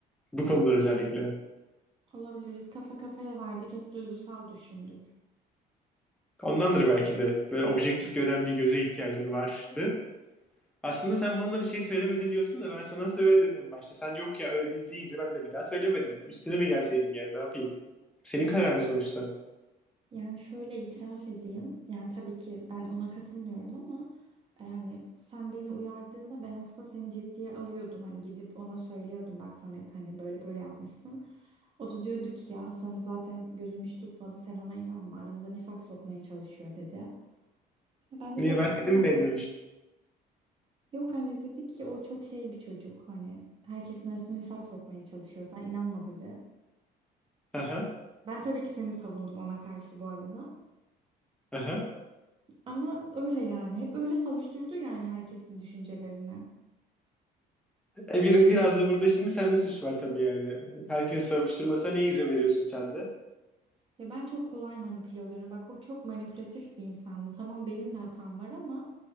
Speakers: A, in the centre; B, on the right.
A: Bu konular özellikle.
B: Olabilir biz kafa kafaya verdik hep duygusal düşündük.
A: Ondandır belki de. Böyle objektif gören bir göze ihtiyacın vardı. Aslında sen bana bir şey söylemedin diyorsun da ben sana söyledim en başta. Sen yok ya öyle değil deyince ben de bir daha söylemedim. Üstüne mi gelseydim yani ne yapayım? Senin kararın sonuçta.
B: Yani şöyle itiraf edeyim. Yani tabii ki ben ona katılmıyorum ama e, yani sen beni uyardığında ben aslında seni ciddiye alıyordum. Hani gidip ona söylüyordum bak Samet hani böyle böyle yapmışsın. O da diyordu ki ya Hasan'ı zaten gözüm hiç tutmadı sen ona inanma aramıza nifak sokmaya çalışıyor dedi. E Ben de
A: Niye
B: tabii
A: ben
B: seni
A: seni
B: savundum.
A: mi beğeniyormuş?
B: Yok hani dedi ki o çok şey bir çocuk hani herkesin arasına nifak sokmaya çalışıyor sen inanma dedi.
A: Aha.
B: Ben tabii ki seni savundum ona karşı bu arada.
A: Aha.
B: Ama öyle yani. Hep öyle savuşturdu yani herkesin düşüncelerini.
A: E bir, biraz da burada şimdi sende suç var tabii yani. Herkesi savuşturmasına niye izin veriyorsun sen de?
B: Ya ben çok kolay manipüle oluyorum. Bak o çok manipülatif bir insandı. Tamam benim de hatam var ama